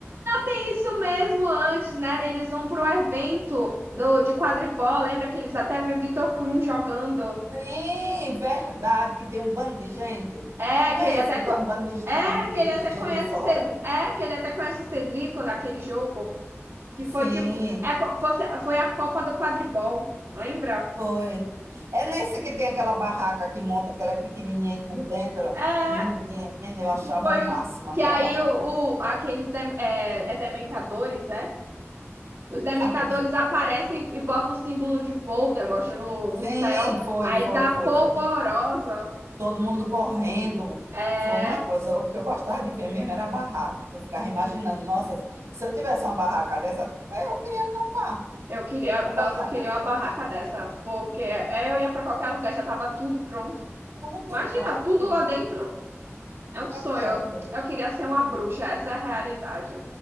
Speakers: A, on the right (about 65°); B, on the right (about 80°).
A: É isso mesmo, antes, né? Eles vão pro evento do, de quadribol. Lembra que eles até vê Vitor Krum jogando.
B: Sim, verdade, que tem um bando de gente.
A: É,
B: Não
A: que
B: é
A: ele até,
B: esse que
A: co-
B: tem um bando de gente,
A: é, que
B: de,
A: ele
B: de
A: até conhece
B: gente de fora?
A: o Cedrico, é, que ele até conhece o Cedrico naquele jogo, que foi
B: Sim,
A: tipo, é, co- fosse- foi a Copa do Quadribol, lembra?
B: foi. É nesse que tem aquela barraca que monta, que ela é pequenininha aí por dentro.
A: É, é,
B: Menina, eu achava
A: que foi
B: o máximo
A: o,
B: aquela
A: que aí
B: barraca.
A: o, o- aqueles, dem- é, é dementadores, é? Os dementadores
B: Aqueles...
A: aparecem e botam o símbolo de Voldemort no,
B: Sim,
A: no céu,
B: foi,
A: aí
B: foi,
A: dá polvorosa.
B: foi, foi. Todo mundo correndo.
A: É,
B: Foi uma coisa, o que eu gostava de ver mesmo era a barraca, que eu ficava imaginando, nossa, se eu tivesse uma barraca dessa, até eu queria acampar.
A: eu queria,
B: Uma
A: nossa,
B: barraca
A: eu queria
B: assim,
A: uma barraca dessa, porque é, eu ia pra qualquer lugar, já tava tudo pronto.
B: tudo
A: Imagina,
B: pronto.
A: tudo lá dentro é um sonho.
B: Maravilhosa.
A: Eu queria ser uma bruxa, essa é a realidade.